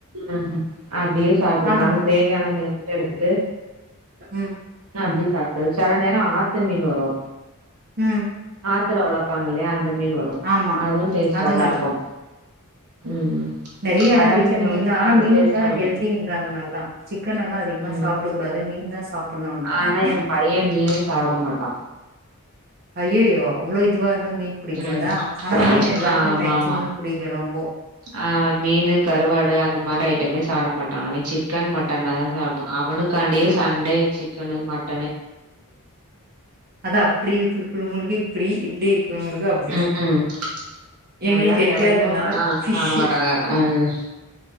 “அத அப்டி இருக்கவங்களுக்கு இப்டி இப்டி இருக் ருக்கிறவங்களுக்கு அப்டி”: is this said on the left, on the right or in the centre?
Right